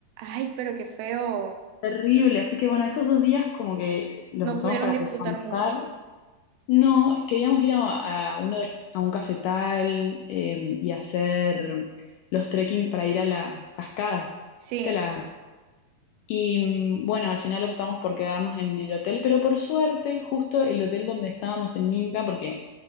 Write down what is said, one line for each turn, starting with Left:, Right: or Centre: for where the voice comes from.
Right: Ay, pero qué feo.
Left: Terrible, así que bueno, esos dos días como que los
Right: No
Left: usamos
Right: pudieron
Left: para
Right: disfrutar
Left: descansar.
Right: mucho.
Left: No, queríamos ir a, a uno de los- a un cafetal eh, y hacer los trekkings para ir a las cascadas.
Right: Sí,
Left: ¿Viste la- y mm, bueno, al final optamos por quedarnos en el hotel, pero por suerte, justo el hotel donde estábamos en Minca, porque